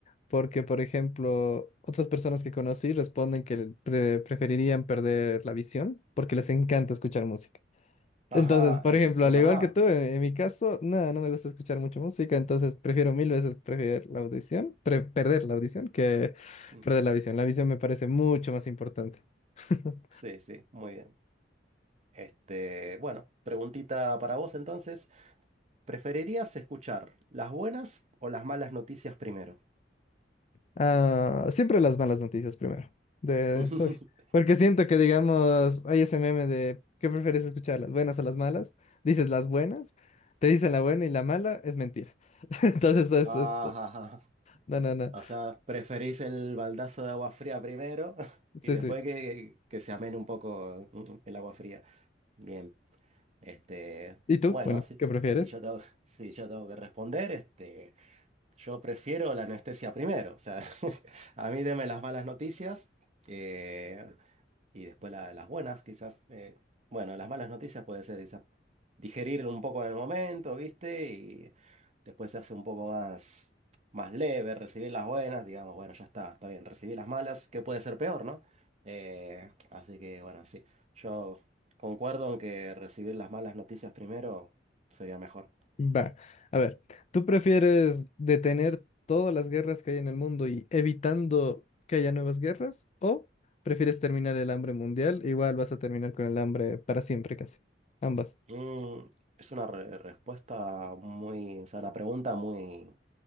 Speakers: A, on the left; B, on the right.
A: porque, por ejemplo, otras personas que conocí responden que pre- preferirían perder la visión porque les encanta escuchar música.
B: <laughs> Ajá,
A: Entonces, por
B: es,
A: ejemplo,
B: es
A: al
B: verdad.
A: igual que tú, en, en mi caso, nada, no me gusta escuchar mucho música, entonces prefiero mil veces preferir la audición, pre- perder la audición que
B: Mm,
A: perder la visión. La visión me parece mucho más importante. <laughs>
B: Sí, sí, muy bien. Este, bueno, preguntita para vos entonces. ¿Preferirías escuchar las buenas o las malas noticias primero?
A: Ah, siempre las malas noticias primero. De,
B: <laughs>
A: uy, porque siento que, digamos, hay ese meme de ¿qué prefieres escuchar? ¿Las buenas o las malas? Dices las buenas, te dicen la buena y la mala es mentira. <laughs> Entonces, es,
B: Ajá,
A: es- no, no, no.
B: o sea, preferís el baldazo de agua fría primero <laughs>
A: Sí,
B: y después
A: sí.
B: que, que se amene un poco mm, mm, el agua fría. Bien. Este,
A: ¿Y tú?
B: bueno,
A: Bueno,
B: si,
A: ¿qué prefieres?
B: si yo tengo, <laughs> si yo tengo que responder, este, yo prefiero la anestesia primero. O sea, <laughs> a mí deme las malas noticias. eh, y después la- las buenas, quizás, eh, bueno, las malas noticias puede ser quizás digerir un poco en el momento, ¿viste? Y después se hace un poco más, más leve, recibir las buenas, digamos, bueno, ya está, está bien, recibí las malas, que puede ser peor, ¿no? Eh, así que, bueno, sí, yo concuerdo en que recibir las malas noticias primero sería mejor.
A: Va, a ver, ¿tú prefieres detener todas las guerras que hay en el mundo y evitando que haya nuevas guerras? ¿O prefieres terminar el hambre mundial? Igual vas a terminar con el hambre para siempre casi. Ambas.
B: Mm, es una re- respuesta muy, o sea, una pregunta muy,